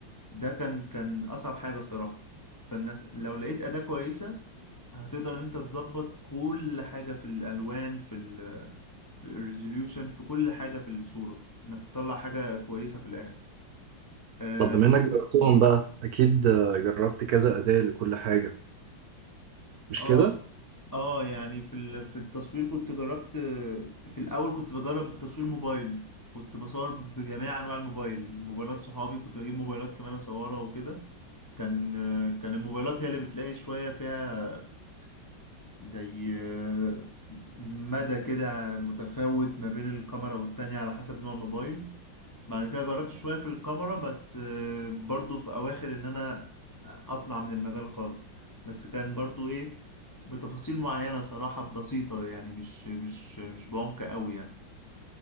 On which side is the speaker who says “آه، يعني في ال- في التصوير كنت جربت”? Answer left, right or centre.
Left